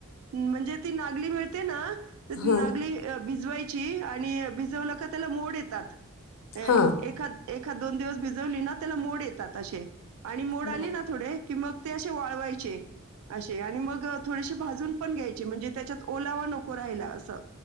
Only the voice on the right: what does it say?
म्हणजे ती नागली मिळते ना. तर नागली
अ भिजवायची. आणि भिजवलं का त्याला मोड येतात. अ
एखाद एखाद दोन दिवस भिजवली ना त्याला मोड येतात अशे. आणि मोड
आली ना थोडे की मग. ते अशे वाळवायचे. अशे आणि मग. थोडीशी भाजून पण घ्यायची म्हणजे त्याच्यात ओलावा नको राहायला असं.